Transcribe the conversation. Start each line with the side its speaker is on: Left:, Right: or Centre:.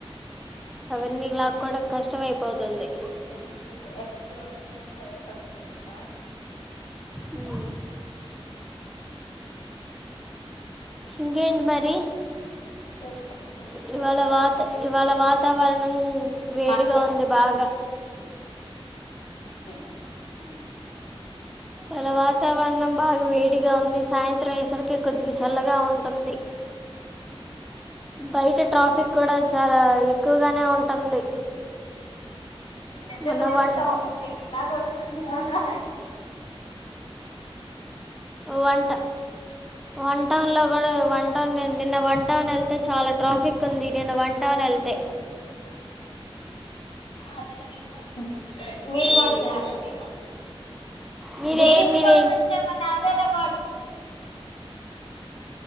Centre: అవన్నీ లాక్కోవడం కష్టం అయిపోతుంది
Left: ఎసి ఎక్సట్రా వస్తుంది ఫైవ్ పర్సెంట
Centre: ఉ ఇంకేంటి మరి
Left: చెప్పాలి చెప్పాలి
Centre: ఇవాళ వాత ఇవాళ వాతావరణం వేడిగా
Left: మా అక్క అండి
Centre: ఉంది బాగా
Left: ఉ
Centre: ఇలా వాతావరణం బాగా వేడిగా ఉంది సాయంత్రం వయేసరికి కొద్దిగా చల్లగా ఉంటుంది బయట ట్రాఫిక్ కూడా చాలా ఎక్కువగానే ఉంటుంది
Left: వీళ్ళిద్దరు
Centre: మొన్న
Left: రోజు
Centre: వన్
Left: టామ అండ్ జెర్రీలా కొట్టుకుంటారు
Centre: వన్ వన్ టౌన్ లో కూడా వన్ టౌన్ నిన్న వన్ టౌన్ వెళ్తే చాలా ట్రాఫిక్ ఉంది. నిన్న వన్ టౌన్ వెళ్తే
Left: ఆ పిల్ల బిల్లు కాట్ మీరు కోటండి.
Centre: ఉమ్. మీరే
Left: నేను ఇది
Centre: మీరే
Left: కోడుతుంటే మళ్ళ అదేలా కో